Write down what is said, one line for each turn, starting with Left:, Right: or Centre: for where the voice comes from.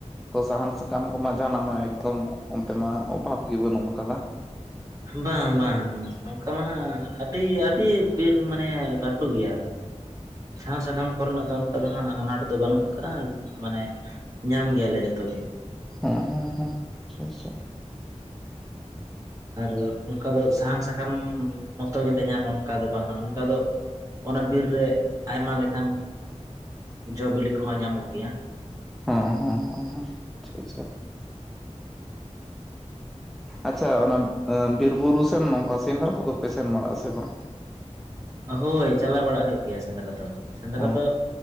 Centre: ᱛᱚ ᱥᱟᱦᱟᱱ ᱥᱟᱠᱟᱢ ᱠᱚᱢᱟ ᱡᱟᱦᱟᱱᱟᱜ ᱢᱟ ᱮᱠᱫᱚᱢ ᱚᱱᱛᱮ ᱢᱟ ᱚᱵᱷᱟᱵ ᱜᱮ ᱵᱟᱹᱱᱩᱜ ᱟᱠᱟᱫᱟ᱾
Right: ᱵᱟᱝ-ᱵᱟᱝ ᱚᱱᱠᱟ ᱢᱟ ᱦᱟᱸᱜ ᱟᱹᱰᱤ-ᱟᱹᱰᱤ ᱵᱤᱨ ᱢᱟᱱᱮ ᱞᱟᱹᱴᱩ ᱜᱮᱭᱟ᱾ ᱥᱟᱦᱟᱱ ᱥᱟᱠᱟᱢ ᱠᱚᱨᱮᱱᱟᱜ ᱫᱚ ᱚᱱᱠᱟ ᱫᱚ ᱦᱟᱸᱜ ᱟᱱᱟᱴ ᱫᱚ ᱵᱟᱹᱱᱩᱜ ᱠᱟᱜ-ᱟ ᱢᱟᱱᱮ ᱧᱟᱢ ᱜᱮᱭᱟᱞᱮ ᱡᱚᱛᱚ ᱜᱮ᱾
Centre: ᱦᱮᱸ-ᱦᱮᱸ ᱟᱪᱪᱷᱟ ᱪᱷᱟ᱾
Right: ᱟᱨ ᱚᱱᱠᱟ ᱫᱚ ᱥᱟᱦᱟᱱ ᱥᱟᱠᱟᱢ ᱢᱚᱛᱚᱞᱮ ᱧᱟᱢᱟ᱾ ᱚᱱᱠᱟ ᱫᱚ ᱵᱟᱝᱟ, ᱚᱱᱠᱟ ᱫᱚ ᱚᱱᱟ ᱵᱤᱨ ᱨᱮ ᱟᱭᱢᱟ ᱞᱮᱠᱟᱱ ᱡᱚ ᱵᱤᱞᱤ ᱠᱚᱦᱚᱸ ᱧᱟᱢᱚᱜ ᱜᱮᱭᱟ᱾
Centre: ᱦᱚᱸᱻᱦᱚᱸᱻᱦᱚᱸᱻ ᱟᱪᱪᱷᱟ ᱪᱷᱟ᱾ ᱟᱪᱪᱷᱟ ᱚᱱᱟ ᱵᱤᱨ ᱵᱩᱨᱩ ᱥᱮᱢ ᱱᱚᱝᱠᱟ ᱥᱮᱸᱫᱽᱨᱟ ᱠᱚᱫᱚᱯᱮ ᱥᱮᱱ ᱵᱟᱲᱟᱜ ᱟᱥᱮ ᱵᱟᱝ?
Right: ᱦᱳᱭ ᱪᱟᱞᱟᱣ ᱵᱟᱲᱟᱜ ᱦᱩᱭᱩᱜ ᱜᱮᱭᱟ ᱥᱮᱸᱫᱽᱨᱟ ᱫᱚ, ᱥᱮᱸᱫᱽᱨᱟ
Centre: ᱦᱮᱸ
Right: ᱫᱚ